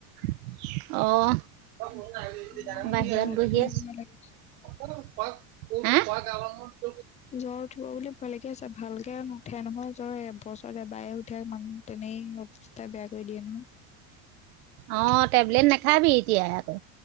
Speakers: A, on the right; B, on the left.
A: অ বাহিৰত
B: মোৰ
A: বহি
B: এই জ্বৰ উঠিলে ভয় লাগে
A: আছে। হা?
B: জ্বৰ উঠিব বুলি ভয় লাগি আছে, ভালকে নুঠে নহয় জ্বৰ এবছৰ এবাৰে উ মানুহ তেনেকেই অৱস্থা বেয়া কৰি দিয়ে নহয়।
A: অ টেবলেট নাখাবি এতিয়া আকৌ।